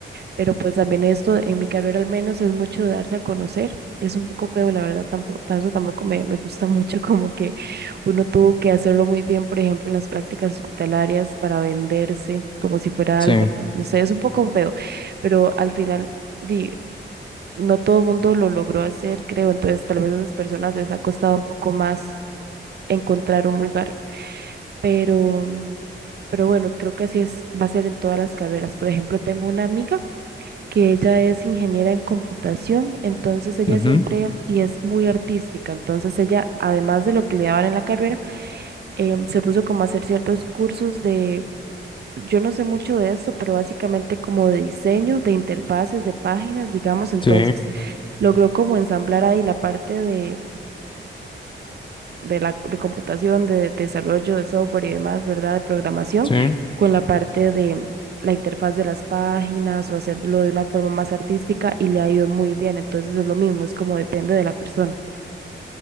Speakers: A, on the right; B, on the left.
A: Pero pues también esto, en mi carrera al menos, es mucho darse a conocer. Es un poco feo, la verdad, tampoco, eso tampoco me, me gusta <laughs> mucho, como que uno tuvo que hacerlo muy bien, por ejemplo, en las prácticas hospitalarias para venderse, como si fuera
B: sí,
A: algo, no no sé, es un poco feo, pero al final, di, no todo el mundo lo logró hacer, creo, entonces tal vez a esas personas les ha costado un poco más encontrar un lugar, pero, pero bueno, creo que así es, va a ser en todas las carreras. Por ejemplo, tengo una amiga que ella es ingeniera en computación, entonces ella
B: ujú,
A: siempre, y es muy artística, entonces ella, además de lo que le daban en la carrera, em, se puso como a hacer ciertos cursos de, yo no sé mucho de esto, pero básicamente como de diseño, de interfaces, de páginas, digamos, entonces
B: sí,
A: logró como ensamblar ahí la parte de, de la de computación, de, desarrollo de software y demás, ¿verdad? De programación,
B: sí.
A: con la parte de la interfaz de las páginas o hacerlo de una forma más artística y le ha ido muy bien. Entonces es lo mismo, es como depende de la persona.